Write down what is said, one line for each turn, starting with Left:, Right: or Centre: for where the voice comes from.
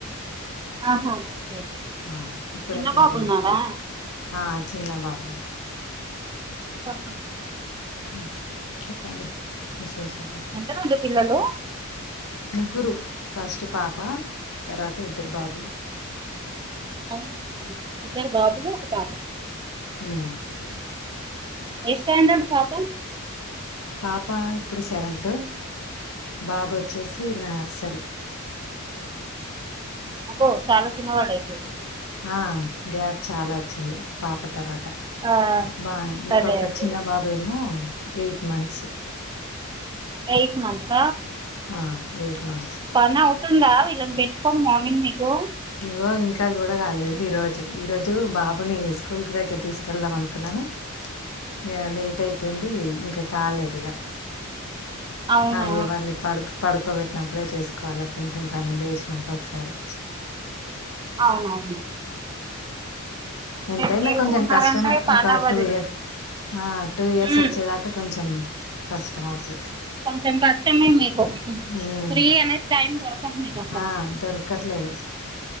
Right: ఆహా ఓకే
Left: ఆ ఇప్పుడే
Right: చిన్నబాబున్నాడా
Left: ఫీడింగ్ అయిపోయింది ఆ చిన్న బాబున్నా
Right: అ హా
Left: హుమ్ చెప్పండి విశేషాలు
Right: ఎంతనుంది పిల్లలు
Left: ముగ్గురు ఫస్ట్ పాప తర్వాత ఇద్దరు బాబులు
Right: అవునా ఇద్దరు బాబులు ఒక పాప
Left: ఊమ్
Right: ఏ స్టాండర్డ్ పాపు
Left: పాప, ఇప్పుడు, సెవెన్త్, బాబు, వచ్చేసి, నర్సరీ.
Right: అబ్బో, చాలా, చిన్నవాడ, అయితే,
Left: ఆ, గ్యాప్, చాలావచ్చింది. పాపతర్వాత,
Right: ఆ
Left: బా, ఇంకొక,
Right: అదే అదే
Left: చిన్నబాబామో, ఎయిట్ మంత్స్.
Right: ఎయిట్ మంత్స్
Left: ఆ, ఎయిట్ మంత్స్.
Right: పనీ, అవుతుందా. వీళ్లనిపెట్టుకోనీ, మరి మార్నింగ్ మీకు,
Left: ఇగో, ఇంకాకూడా, కాలేదు. ఈ, రోజు ఈ రోజు బాబుని, స్కూల్ కి దగ్గరకి, తీసుకెళ్దాం, అనుకున్నాను.
Right: అ
Left: ఇగా, లేట్, అయిపోయింది. ఇంకా, కాలేదుగా
Right: అవునా
Left: అ, ఇగ, వాడిని, పడు, పడుకోబెట్టినప్పుడే, చేసుకోవాలి. కొంచెం, పని లేసినాక, ఒకసారి,
Right: అవువును,
Left: ఎంతైనా,
Right: మేలుకు
Left: కొంచెం
Right: ఉన్నారంటే
Left: కష్టమే,
Right: పని
Left: ఒక,
Right: అవ్వదు
Left: టూఇయర్ టూ, ఇయర్స,
Right: ఉమ్
Left: వచ్చేదాకా, కొంచెం, కష్టం, అవుతుంది.
Right: కొంచెం, కష్టమే, మీకు,
Left: ఉమ్.
Right: ఫ్రీ, అనేది. టైందొరకదు, మీకు, అసలు,
Left: ఆ, దొరకట్లేదు,